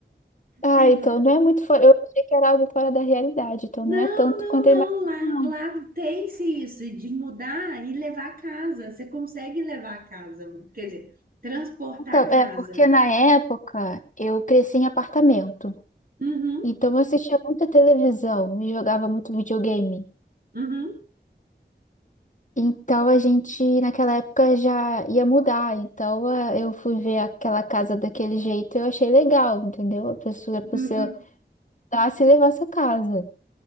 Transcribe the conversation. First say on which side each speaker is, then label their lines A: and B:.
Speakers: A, on the left; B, on the right.
A: Ah,
B: Tem,
A: então
B: va-
A: não é muito fora. Eu achei que era algo fora da realidade, então
B: não,
A: não é tanto
B: não,
A: quanto
B: não.
A: eu imaginei,
B: Lá,
A: não.
B: lá tem-se isso de mudar e levar a casa. Você consegue levar a casa, quer dizer, transportar
A: Então,
B: a casa.
A: é porque na época eu cresci em apartamento.
B: Uhum,
A: Então eu assistia muita televisão e jogava muito videogame.
B: uhum.
A: Então a gente, naquela época, já ia mudar. Então eh, eu fui ver aquela casa daquele jeito e eu achei legal, entendeu? A pessoa, a
B: <laughs>
A: pessoa dar se levar essa casa.